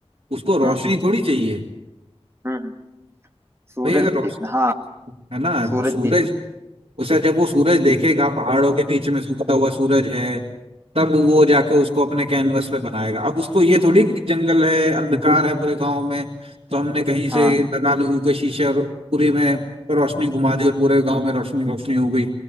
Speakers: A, on the right; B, on the right.
A: उसको रोशनी
B: हम्म हम्म
A: थोड़ी चाहिए
B: हम्म, हम्म। सूरज
A: भाई अगर रोशनी
B: देखना हाँ
A: है ना
B: सूरज
A: तो सूरज
B: भी तो
A: उसे जब वो सूरज देखेगा पहाड़ों के बीच में सूखता हुआ सूरज है तब वो जाके उसको अपने कैनवस पे बनाएगा अब उसको ये थोड़ी कि जंगल है अंधकार है पूरे गांव में तो हमने कहीं से
B: हाँ
A: लगा लगू के शीशे और पूरे में रोशनी घुमा दी और पूरे गांव में रोशनी रोशनी हो गई